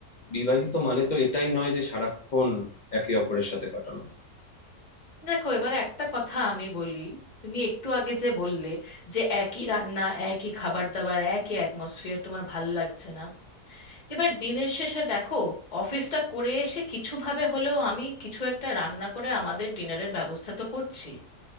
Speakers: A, on the left; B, on the left.
A: বিবাহিত মানে তো এটাই নয় যে সারাক্ষণ একে অপরের সাথে কাটানো
B: দেখো এবার একটা কথা আমি বলি তুমি একটু আগে যে বললে যে একই রান্না একই খাবার দাবার একই অ্যাটমসফিয়ার তোমার ভাল লাগছে না এবার দিনের শেষে দেখো অফিসটা করে এসে কিছু ভাবে হলেও আমি কিছু একটা রান্না করে আমাদের ডিনারের ব্যবস্থা তো করছি